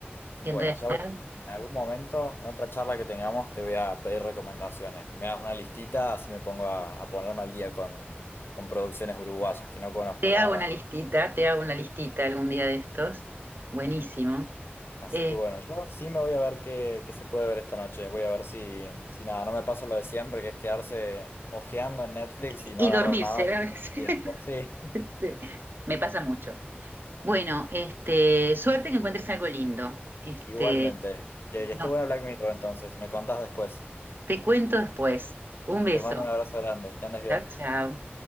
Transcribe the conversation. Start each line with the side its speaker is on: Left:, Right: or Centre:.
Left: Bueno,
Right: Que en realidad
Left: ya voy a- en algún momento, en otra charla que tengamos, te voy a pedir recomendaciones. Me das una listita, así me pongo a, a ponerme al día con, con producciones uruguayas que no conozco,
Right: te
Left: la
Right: hago
Left: verdad.
Right: una listita, te hago una listita algún día de estos. Buenísimo.
Left: Así
Right: Eh,
Left: que bueno, yo sí me voy a ver qué, qué se puede ver esta noche. Voy a ver si, si nada, no me pasa lo de siempre, que es quedarse ojeando en Netflix
Right: y
Left: y no agarrar
Right: dormirse
Left: nada de
Right: a veces.
Left: tiempo. Sí,
Right: <laughs> Sí, Me pasa mucho. Bueno, este, suerte que encuentres algo lindo.
Left: <laughs>
Right: Este,
Left: igualmente. Que, que
Right: no,
Left: esté bueno Black Mirror, entonces. Me contás después.
Right: te cuento después. Un beso.
Left: Te mando un abrazo grande. Que andes bien.
Right: Chao, chao.